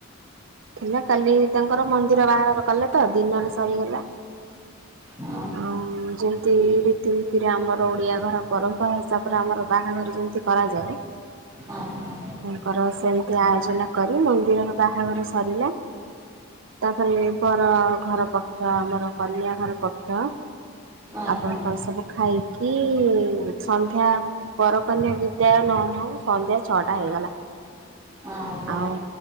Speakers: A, on the right; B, on the right.
A: ଥିଲା କାଲି ତାଙ୍କର ମନ୍ଦିର ବାହାଘର କଲେ ତ ଦିନରେ ସରିଗଲା।
B: ହଁ।
A: ଆଉ ଯେମିତି ରୀତିନୀତିରେ ଆମର ଓଡ଼ିଆ ଘର ପରମ୍ପରା ହିସାବରେ ଆମର ବାହାଘର ଯେମିତି କରାଯାଏ <inaudible>
B: ହଁ ହଁ।
A: ତାଙ୍କର ସେମିତି ଆୟୋଜନ କରି ମନ୍ଦିରର ବାହାଘର ସରିଲା। ତାପରେ ବର ଘର ପକ୍ଷ ଆମର କନ୍ୟା ଘର ପକ୍ଷ।
B: ଆଜ୍ଞା
A: ଆପଣଙ୍କର ସବୁ ଖାଇକି ସନ୍ଧ୍ୟା ବରକନ୍ୟା ବିଦାୟ ନଉ ନଉ ସନ୍ଧ୍ୟା ଛଅଟା ହେଇଗଲା।
B: ଆଜ୍ଞା
A: ଆଉ